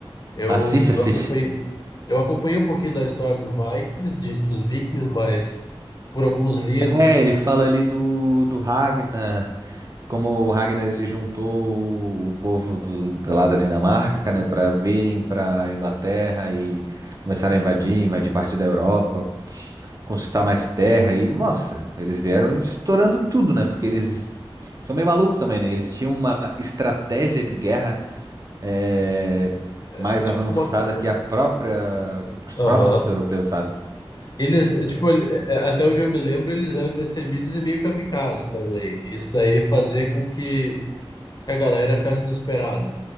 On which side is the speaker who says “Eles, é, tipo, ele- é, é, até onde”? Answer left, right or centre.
Left